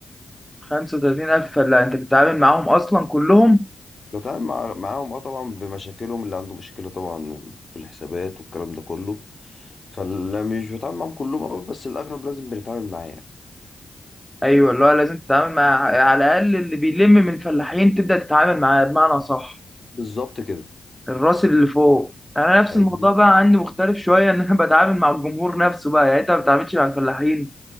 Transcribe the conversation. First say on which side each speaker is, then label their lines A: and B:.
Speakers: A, in the centre; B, on the left.
A: 35000 لا انت بتتعامل معاهم اصلا كلهم
B: بتعامل مع... معاهم اه طبعا بمشاكلهم اللي عنده مشكلة طبعا في الحسابات والكلام ده كله فلا مش بتعامل معاهم كلهم أوي بس الاغلب لازم بنتعامل معاه يعني
A: ايوه اللي هو لازم تتعامل مع على الاقل اللي بيلم من الفلاحين تبدا تتعامل معاه بمعنى صح
B: بالظبط كده
A: الراس اللي فوق يعني انا نفس
B: ايوه
A: الموضوع بقى عندي مختلف شويه ان انا بتعامل مع الجمهور نفسه بقى يعني انت ما بتتعاملش مع الفلاحين